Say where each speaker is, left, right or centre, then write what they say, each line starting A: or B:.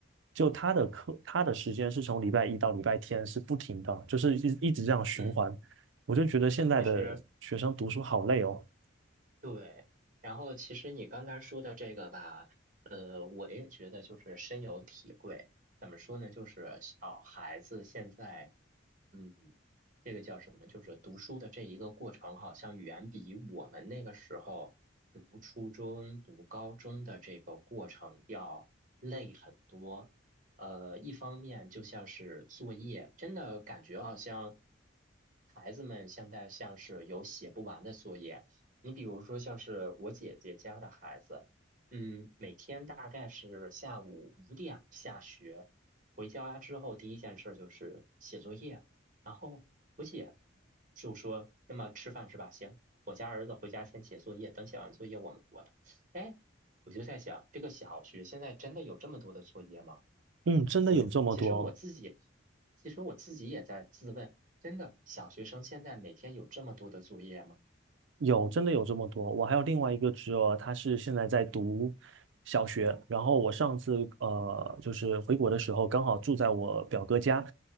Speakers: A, on the right; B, on the right.
A: 就他的课他的时间是从礼拜一到礼拜天是不停的，就是一一直这样循环，
B: 嗯，
A: 我就觉得现在的学生读书好累哦，
B: 其实对，然后其实你刚才说的这个吧，呃，我也觉得就是深有体会。怎么说呢？就是小孩子现在嗯，这个叫什么？就是读书的这一个过程，好像远比我们那个时候读初中、读高中的这个过程要累很多。呃，一方面就像是作业，真的感觉好像孩子们现在像是有写不完的作业。你比如说，像是我姐姐家的孩子，嗯，每天大概是下午五点下学，回家之后第一件事就是写作业。然后我姐就说：“那么吃饭是吧？行，我家儿子回家先写作业，等写完作业我们过来。”哎，我就在想，这个小学现在真的有这么多的作业吗？
A: 嗯，真的有这么多。
B: 对，其实我自己，其实我自己也在自问，真的小学生现在每天有这么多的作业吗？
A: 有，真的有这么多。我还有另外一个侄儿，他是现在在读小学。然后我上次呃，就是回国的时候，刚好住在我表哥家。